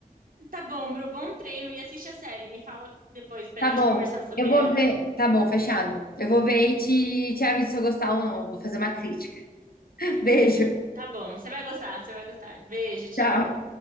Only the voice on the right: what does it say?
Tá bom, Bru, bom treino e assiste a série. Me fala depois pra
gente
conversar sobre
ela.
Tá bom, você vai gostar, você vai gostar. Beijo, tchau.